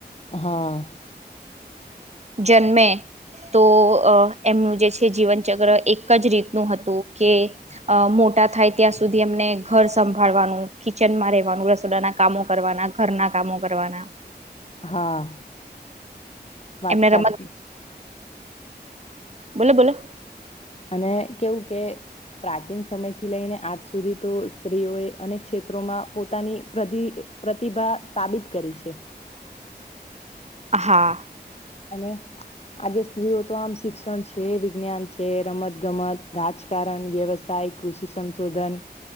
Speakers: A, on the left; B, on the right.
A: હા
B: જન્મે તો અ એમનું જે છે જીવનચક્ર એક જ રીતનું હતું કે અ મોટા થાય ત્યાં સુધી એમને ઘર સંભાળવાનું કિચનમાં રેવાનું રસોડાના કામો કરવાના ઘર ના કામો કરવાના
A: હા વાત
B: એમને રમત
A: સાચી
B: બોલો બોલો
A: અને કેવું કે પ્રાચીન સમયથી લઈને આજ સુધી તો સ્ત્રીઓએ અનેક ક્ષેત્રોમાં પોતાની પ્રદી પ્રતિભા સાબિત કરી છે.
B: હા.
A: અને આજે સ્ત્રીઓ તો આમ શિક્ષણ છે, વિજ્ઞાન છે, રમત ગમત, રાજકારણ, વ્યવસાય, કૃષિ સંશોધન